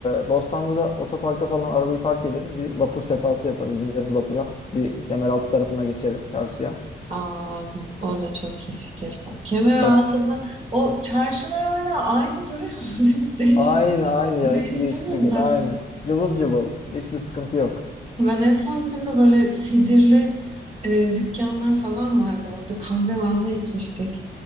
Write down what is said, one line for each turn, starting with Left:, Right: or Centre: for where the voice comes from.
Left: Ee, Bostanlı'da otoparka falan arabayı park ederiz. Bir vapur sefası yaparız. Bineriz vapura. Bir Kemeraltı tarafına geçeriz karşıya.
Right: Aa, güz- o da çok iyi fikir bak. Kemer altında
Left: Vap
Right: o çarşılar hala aynı duruyor mu? <laughs> Hiç değiş
Left: aynı aynı ya.
Right: değiştirmediler
Left: Hiçbir değişiklik yok. Aynı.
Right: mi?
Left: Cıvıl cıvıl. Hiçbir sıkıntı yok.
Right: Ben en son gittiğimde böyle sedirli e, dükkanlar falan vardı. Orada kahve mahve içmiştik.